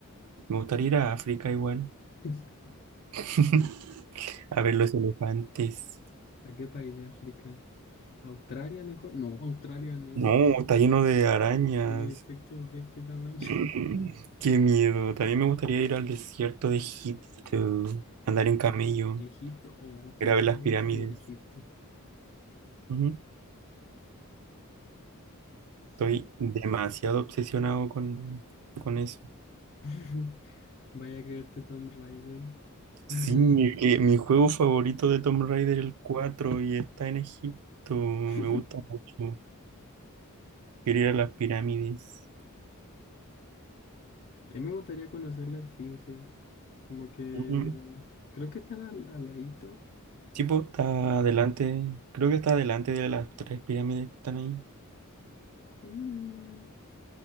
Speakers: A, on the right (about 80°); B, on the left (about 45°).
A: Me gustaría ir a África igual,
B: <laughs>
A: <laughs> a ver los elefantes.
B: ¿A qué país de África? ¿Australia mejor? No, Australia no.
A: No, está lleno de arañas.
B: Por los insectos de este tamaño.
A: Mm, Qué miedo. También me gustaría ir al desierto de Egipto, andar en camello,
B: <laughs> Egipto. Oh, sí,
A: ir a ver
B: sí,
A: las
B: me
A: pirámides.
B: gustaría ir a Egipto.
A: Ujú.
B: Sí.
A: Estoy demasiado obsesionado con, con eso.
B: <laughs> Vaya a creerte Tom Raider. <laughs>
A: Sí, es que mi juego favorito de Tomb Raider el 4 y está en Egipto. Me
B: A
A: gusta mucho. Quiero ir a las pirámides.
B: mí me gustaría conocer la Esfinge. Como que
A: Ujú.
B: creo que están al, al ladito.
A: Sí, pues, está adelante. Creo que está adelante de las tres pirámides que están ahí.
B: Mm,